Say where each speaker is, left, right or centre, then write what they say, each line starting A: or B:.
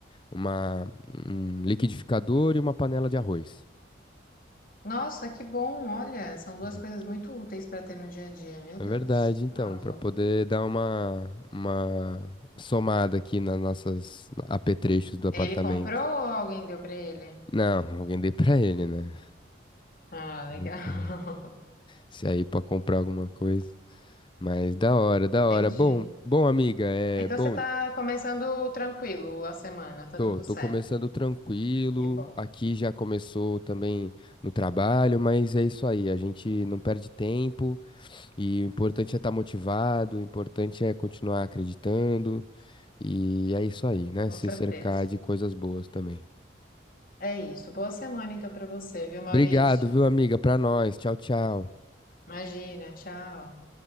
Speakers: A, on the left (about 25°); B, on the left (about 45°).
A: uma, um liquidificador e uma panela de arroz.
B: Nossa, que bom. Olha, são duas
A: Uhum.
B: coisas muito úteis para ter no dia a dia. Meu
A: É
B: Deus,
A: verdade, então,
B: arrasou.
A: para poder dar uma, uma somada aqui nas nossas apetrechos do apartamento.
B: Ele comprou ou alguém deu para ele?
A: Não, alguém dei pra ele, né?
B: Ah, legal.
A: Eu com-
B: <laughs>
A: Se aí pra comprar alguma coisa. Mas da hora, da
B: Entendi.
A: hora. Bom, bom, amiga, é
B: Então
A: bom.
B: você está começando tranquilo a semana, tá
A: Tô,
B: tudo
A: tô
B: certo.
A: começando tranquilo.
B: Que bom,
A: Aqui já começou também no trabalho, mas é isso aí. A gente não perde tempo. E o importante é estar motivado, o importante é continuar acreditando. E é isso aí, né?
B: com
A: Se
B: certeza.
A: cercar de coisas boas também.
B: É isso. Boa semana então para você, viu, Maurício?
A: Obrigado, viu, amiga? Pra nós. Tchau, tchau.
B: Imagina, tchau.